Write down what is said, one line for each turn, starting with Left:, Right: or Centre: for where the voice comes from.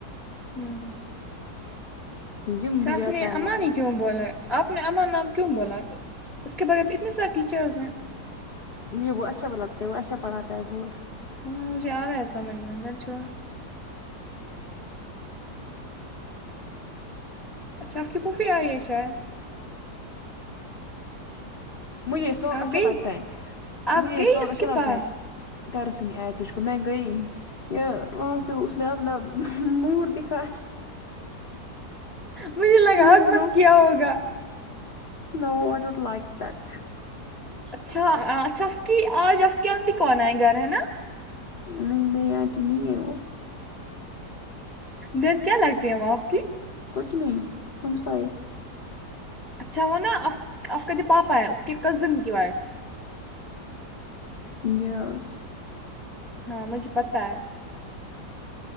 Centre: ھمم
Left: جم
Centre: اچھا
Left: بھی جاتا
Centre: اس نے
Left: ہے
Centre: امان
Left: وہ آج
Centre: ہی کیوں بولا ہے آپ نے امن نام کیوں بولا اس کے بعد اتنے سارے ٹیچرز ہیں
Left: مجھے وہ اچھا لگتے ہے وہ اچھا پڑھاتے ہے بہت
Centre: ہاں مجھے آ رہا ہے سمجھ میں جانے دو چھوڑ اچھا آپ کی پھوفی آئی ہے شاید
Left: مجھے یہ سانگ
Centre: آپ
Left: اچھا
Centre: گئی
Left: لگتا ہے
Centre: آپ
Left: مجھے
Centre: گئی
Left: یہ سانگ
Centre: اس
Left: اچھا
Centre: کے
Left: لگتا
Centre: پاس
Left: ہے ترس نہیں آیا تجھ کو میں گا ئ وہاں سے اس نے اپنا موڈ دکھا
Centre: مجھے لگا حکمت
Left: بھی میں
Centre: کیا ہوگا
Left: no I don't like that
Centre: اچھا اچھا آپ کی آج آپ کی آنٹی کون آ ئی گھر ہے نا
Left: نہیں میری انٹی نہیں ہے وہ
Centre: دن کیا لگتی ہے وہ آپ کی
Left: کچھ نہیں ہمسائے
Centre: اچھا وہ نا آپ کا جو پاپا ہے اس کے کزن کی وائف
Left: یس
Centre: ہاں مجھے پتا ہے